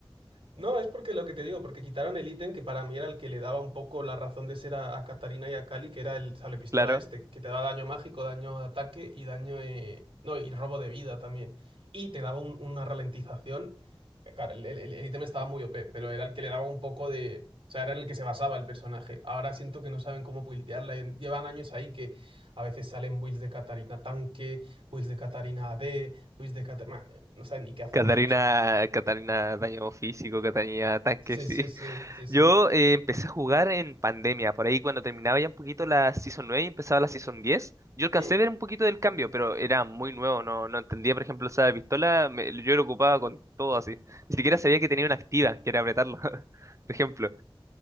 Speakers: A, on the right; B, on the right.
A: No, es porque lo que te digo, porque quitaron el ítem que para mí era el que le daba un poco la razón de ser a, a Katarina y a Kali, que era el pistola
B: Claro.
A: este, que te daba daño mágico, daño de ataque y daño. eh, no, y robo de vida también. Y te daba un- una ralentización. Eh, Claro, el, el- el ítem estaba muy OP, pero era el que le daba un poco de. O sea, era en el que se basaba el personaje. Ahora siento que no saben cómo buildearla. y en- Llevan años ahí que a veces salen builds de Katarina tanque, builds de Catarina AD, builds de Catarina... No saben ni qué hacer
B: Catarina,
A: con el personaje.
B: Catarina daño físico, Catarina tanque,
A: Sí,
B: sí.
A: sí, sí, sí, sí.
B: Yo eh, empecé a jugar en pandemia, por ahí cuando terminaba ya un poquito la Season 9 y empezaba la Season 10. Yo alcancé
A: <laughs>
B: a ver
A: Mm,
B: un poquito del cambio, pero era muy nuevo, no, no entendía, por ejemplo, esa pistola, me- yo lo ocupaba con todo así. Ni siquiera sabía que tenía una activa, que era apretarlo, <laughs> por ejemplo.